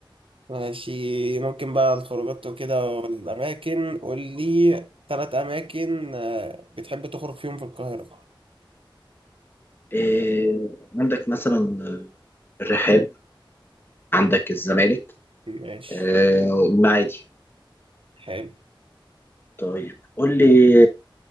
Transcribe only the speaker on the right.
ماشي ممكن بقى الخروجات وكده والأماكن قول لي ثلاث أماكن آه، بتحب تخرج فيهم في القاهرة
ماشي
حلو